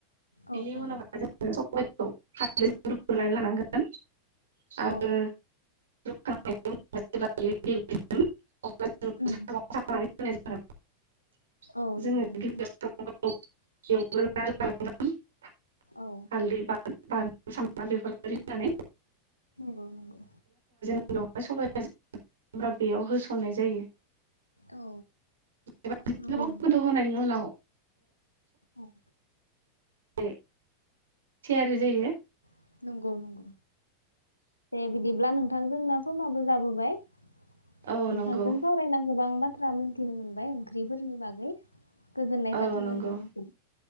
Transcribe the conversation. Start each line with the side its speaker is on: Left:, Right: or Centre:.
Right: बेनि
Left: औ औ
Right: उनावहाय जोङो <unintelligible> होनानै लानांगोन आरो
Left: औ
Right: <unintelligible> अब्ला जों <unintelligible> होनाय जागोन।
Left: उम
Right: जोङो <unintelligible> एव
Left: औ नंगौ नंगौ
Right: एवग्रोनानै लानांगोन हालदै बा बानल
Left: औ
Right: सामब्राम बेफोरबायदि होनानै
Left: नंगौ नंगौ
Right: उनावहाय सबाया जोंना बेयाव होसननाय जायो।
Left: औ
Right: बेबायदिनो
Left: नंगौ
Right: गोबाव
Left: नोंथां
Right: गोदौ होनायनि उनाव
Left: औ
Right: <unintelligible> थियारि
Left: नंगौ
Right: जायो
Left: नंगौ नंगौ दे बिदिब्ला नोंथां जोंना समाबो जाबोबाय नोंथांजों
Right: औ नंगौ
Left: सावरायना गोबां बाथ थ्रा मिथिनो मोनबाय ओंख्रिफोरनि बागै। गोजोननाय
Right: औ
Left: थाथों
Right: नंगौ
Left: नोंथांनिसिम